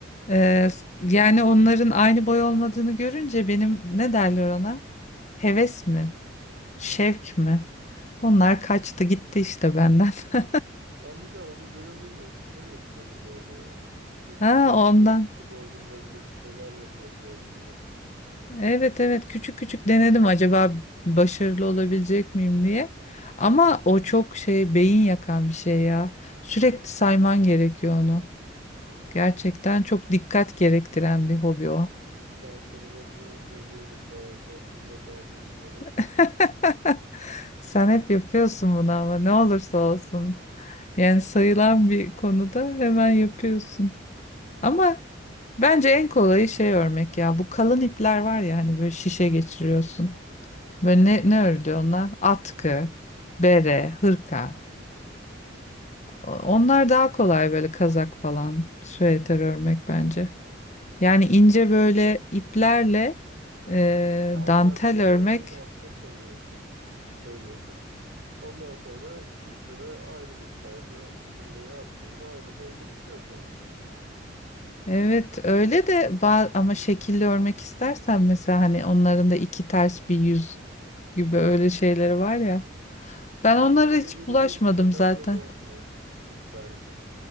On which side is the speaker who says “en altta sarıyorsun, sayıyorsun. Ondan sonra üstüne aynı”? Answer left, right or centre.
Right